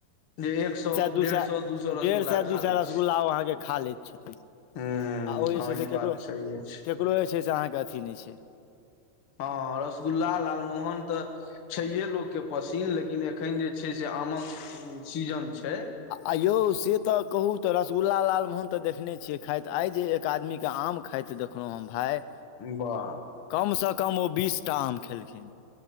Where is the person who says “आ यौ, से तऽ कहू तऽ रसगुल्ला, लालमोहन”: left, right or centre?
Left